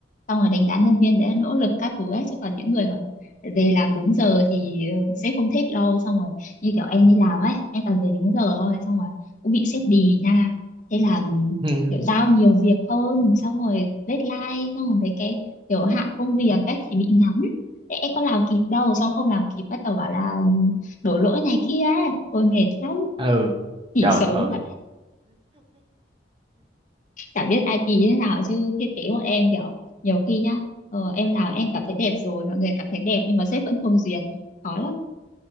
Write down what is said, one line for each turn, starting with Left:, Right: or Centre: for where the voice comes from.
Left: xong rồi đánh giá nhân viên để nỗ lực các thứ ấy chứ còn những người mà về làm đúng giờ thì ờ, sếp không thích đâu xong rồi như kiểu em đi làm ấy em toàn về đúng giờ thôi xong rồi cũng bị sếp đì nha thế là
Right: <laughs>
Left: kiểu giao nhiều việc hơn xong rồi deadline xong rồi mấy cái kiểu hạn công việc cách thì bị ngắn Thế em có làm kịp đâu xong không làm kịp bắt đầu bảo là ừ, đổ lỗi này kia tôi mệt lắm
Right: ừ
Left: nghỉ
Right: trời
Left: sớm
Right: ơi
Left: vậy chả biết ai như thế nào chứ thiết kế bọn em kiểu nhiều khi nhá ờ, em làm em cảm thấy đẹp rồi mọi người cảm thấy đẹp nhưng mà sếp vẫn không duyệt khó lắm